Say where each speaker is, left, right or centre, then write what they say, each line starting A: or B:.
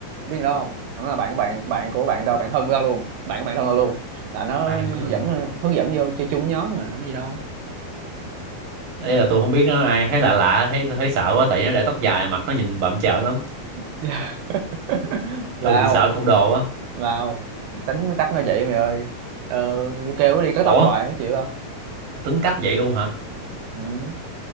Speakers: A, on the right; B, on the right.
A: biết đâu không thằng đó là bạn bạn bạn của bạn tao bạn thân của tao luôn bạn của bạn thân tao luôn là nó
B: bạn của bạn
A: dẫn hướng dẫn vô chơi chung với nhóm mà có gì đâu
B: ấy là tôi không biết nó là ai thấy lạ lạ thấy thấy sợ quá tại nó để tóc dài mặt nó nhìn bặm trợn lắm
A: Dạ. <laughs>
B: tôi
A: lao
B: bị sợ côn đồ á
A: lao tính cách nó vậy mày ơi ờ, kêu nó đi cắt
B: ủa
A: tóc hoài nó chịu không
B: tính cách vậy luôn hả
A: ừ.